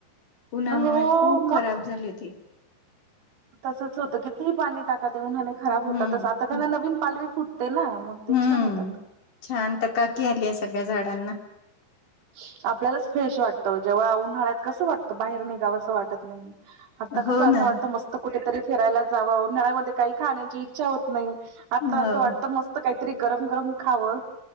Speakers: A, on the left; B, on the right.
A: उन्हामुळे
B: हो
A: खूप खराब झाली होती.
B: तसंच होतं कितीही पाणी टाका उन्हाने खराब
A: हम्म
B: होतातस आता त्यांना नवीन पालवी फुटते ना ते
A: हम्म
B: छान होतात.
A: छान तर चकाकी आली आहे सगळ्या झाडांना.
B: ह <unintelligible> आपल्यालाच फ्रेश वाटतं जेव्हा उन्हाळ्यात कसं वाटतं बाहेर निघावं असं वाटत नाही. आता
A: हो
B: कसं असं
A: ना
B: वाटतं मस्त कुठेतरी फिरायला जावं उन्हाळ्यामध्ये काही खाण्याची इच्छा होत नाही. आता
A: हो
B: असं वाटतं मस्त काहीतरी गरम गरम खावं